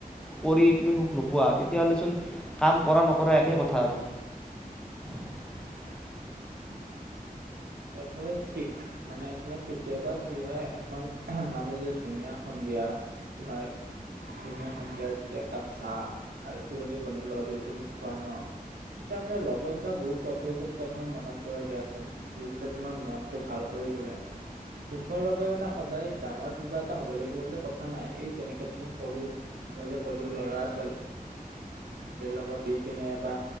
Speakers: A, in the centre; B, on the right.
A: কৰি তুমি সুখ নোপোৱা তেতিয়াহ'লে চোন কাম কৰা নকৰা একে কথা আৰু।। <unintelligible>
B: একেবাৰে ঠিক মানে তোমাৰ কেতিয়াবা কি হয় এখন মানে যে ধুনীয়াখন বিয়া তোমাৰ ধুনীয়া এখন বিয়া যেতিয়া একাপ চাহ আৰু পুৰণি বন্ধুৰ লগত যদি তুমি খোৱা ন। তাৰ মানে লগত হোৱা বহুত কথোক কথন মনত পৰে দিয়াচোন। যি বোলে তোমাৰ মনটো ভাল কৰি তোলে। সুখৰ বাবে মানে সদায় ডাঙৰ কিবা এটা হব লাগিব বুলি কথা নাই এই যেনেকে তুমি সৰু। মই যে ক'লো ল'ৰা ছোৱালী। লগত দি কিনে বা